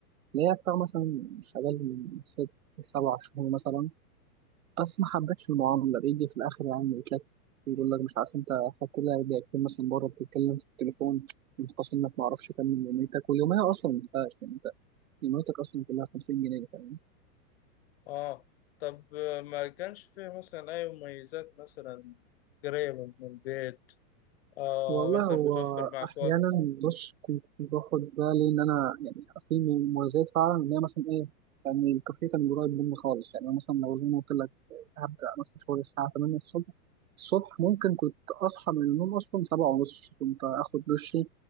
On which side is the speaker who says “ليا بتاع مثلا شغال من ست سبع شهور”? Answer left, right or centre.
Right